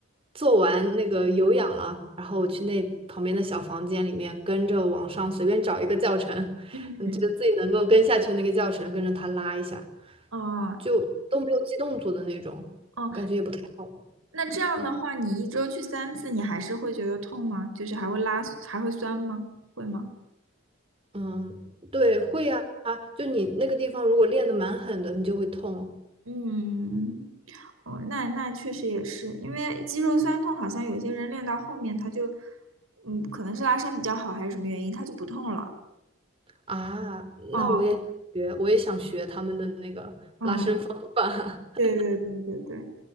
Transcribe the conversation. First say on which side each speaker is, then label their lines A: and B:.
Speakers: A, on the right (about 25°); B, on the right (about 80°).
A: 做完那个有氧了，然后我去那旁边的小房间里面跟着网上随便找一个教程，
B: 嗯嗯
A: 你觉得自己能够跟下去的那个教程，跟着他拉一下，
B: 哦
A: 就都没有记动作的那种，
B: 哦，
A: 我感觉也不太好。
B: 那这样的话，
A: 嗯
B: 你一周去三次，你还是会觉得痛吗？就是还会拉，还会酸吗？会吗？
A: 嗯，对，会啊，就你那个地方如果练得蛮狠的，你就会痛
B: 嗯，哦，那那确实也是，因为肌肉酸痛，好像有些人练到后面他就，嗯，可能是拉伸比较好还是什么原因，他就不痛了。
A: 啊。那我也学，
B: 哦，
A: 我也想学他们的那个拉伸方法。
B: 嗯，
A: <laughs>
B: 对对对对对，